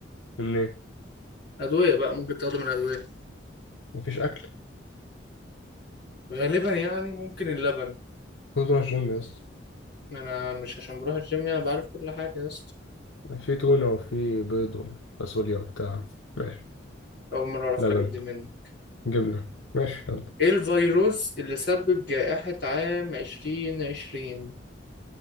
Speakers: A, on the left; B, on the left.
A: منين؟
B: أدوية بقى ممكن تاخده من الأدوية
A: مفيش أكل؟
B: غالبا يعني ممكن اللبن
A: كنت بروح الجيم يا اسطى
B: أنا مش عشان بروح الجيم يعني بعرف كل حاجة يا اسطى
A: في تونة وفي بيض وفاصوليا وبتاع ماشي
B: أول مرة أعرف
A: لبن
B: الحاجات دي منك
A: جبنة ماشي يلا
B: ايه الفيروس اللي سبب جائحة عام عشرين عشرين